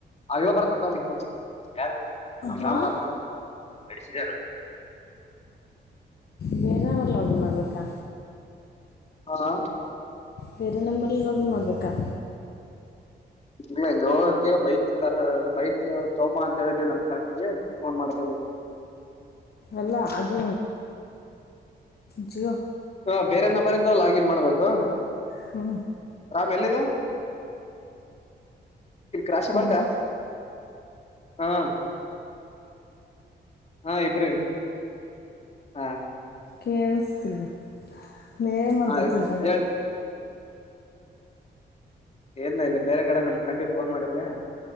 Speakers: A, on the left; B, on the left.
A: ಇವ ಬರ್ತ್ತ ಅಂತದು ಯಾರು ನಮ್
B: ಹಾಂ
A: ನಾಮ ಬರ್ತ ಬಡಿಸಿದಾರ
B: ಬೇರೆ ನಂಬರ್ ಲಾಗಿನ್ ಮಾಡಬೇಕಾ
A: ಹಾ
B: ಬೇರೆ ನಂಬರಿಲ್ಲಿ ಲೋಗಿನ್ ಆಗ್ಬೇಕಬೇಕಾ
A: ಇಲ್ಲ ಇ ಬೈಕ್ ಬೈಕ್ ತೋಮ್ಮಾ ಅಂತ ಹೇಳಿದೀವಿ ನಮ್ ಫ್ಯಾಮ್ಲಿಗೆ ಫೋನ್ ಮಾಡ್ತಾವಿ
B: ಅಲ್ಲ ಅದು ಹ್ಮ
A: ಹಾ ಬೇರೆ ನಂಬರಿಂದ ಲಾಗಿನ್ ಮಾಡ್ಬೇಕು
B: ಹ್ಞೂ
A: ರಾಮ್ ಎಲ್ಲಿದ್ದು ರಾಶಿ
B: ಹಲೋ
A: ಬರ್ತಾ ಹಾ ಹ ಇಬ್ಬರು ಹಾ
B: ಕ್ಯಾನ್ಸಲ್ ಲೆ ಮಾಡತತಿದ್ರದು
A: ಹಾ ಇದೆ ಹೇಳ ಏನ್ ಇಲ್ಲ ಬೇರೆ ಕಡೆ ನನ್ ಫ್ರೆಂಡಿಗೆ ಫೋನ್ ಮಾಡಿದ್ದೆ